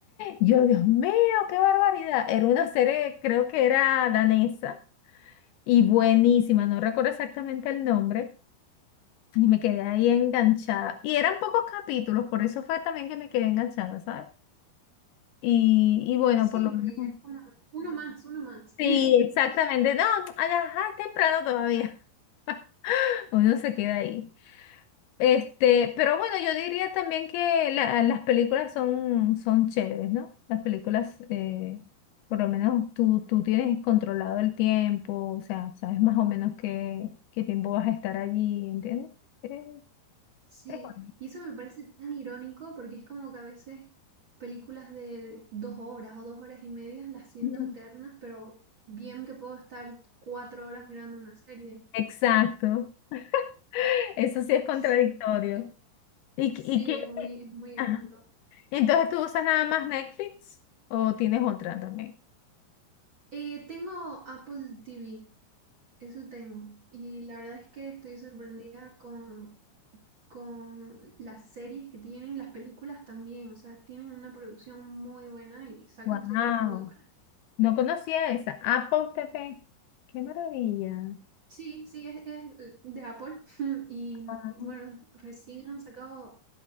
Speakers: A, on the left (about 80°); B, on the right (about 45°).
A: Yo, Dios mío, qué barbaridad. Era una serie, creo que era danesa y buenísima, no recuerdo exactamente el nombre. Y me quedé ahí enganchada. Y eran pocos capítulos, por eso fue también que me quedé enganchada, ¿sabes? Y, y bueno,
B: Sí,
A: por lo
B: porque
A: menos.
B: ya es como uno más, uno más.
A: Sí,
B: <laughs>
A: exactamente. No, ajá, es temprano todavía. <laughs> Uno se queda ahí. Este, pero bueno, yo diría también que la- las películas son, son chéveres, ¿no? Las películas, eh, por lo menos tú, tú tienes controlado el tiempo, o sea, sabes más o menos qué, qué tiempo vas a estar allí, ¿entiendes? Eh,
B: Sí,
A: es bueno.
B: y eso me parece tan irónico porque es como que a veces películas de dos horas o dos horas y medias las siento
A: Ujú.
B: eternas, pero bien que puedo estar cuatro horas mirando una serie.
A: Exacto, <laughs> eso sí es contradictorio.
B: Sí, es-
A: ¿Y,
B: sí,
A: qué- y qué?
B: es muy, es muy irónico.
A: Ajá. ¿Y entonces tú usas nada más Netflix o tienes otra también?
B: Eh, tengo Apple TV, eso tengo. Y la verdad es que estoy sorprendida con, con las series que tienen, las películas también. O sea, tienen una producción muy buena y sacan
A: Wow.
B: series muy buenas.
A: No conocía esa. Apple TV. Qué maravilla.
B: Sí, sí, es, es, eh, de Apple. <laughs> Y
A: Ah,
B: bueno, recién han sacado,